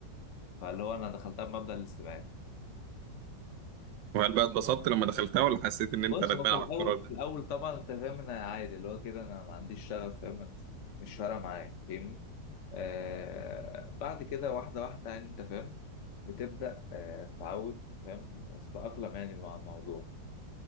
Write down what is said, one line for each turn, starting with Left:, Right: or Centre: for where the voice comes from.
Left: فاللي هو انا دخلتها بمبدأ الاستبعاد
Right: وهل بقى اتبسطت لما دخلتها ولا حسيت ان
Left: بص
Right: انت ندمان
Left: هو في
Right: على
Left: الاول
Right: القرار ده؟
Left: في الاول طبعا انت فاهم انا عادي اللي هو كده انا ما عنديش شغف فاهم مش فارقه معايا فاهمني آه بعد كده واحده واحده يعني انت فاهم بتبدا آه تتعود فاهم وتتاقلم يعني مع الموضوع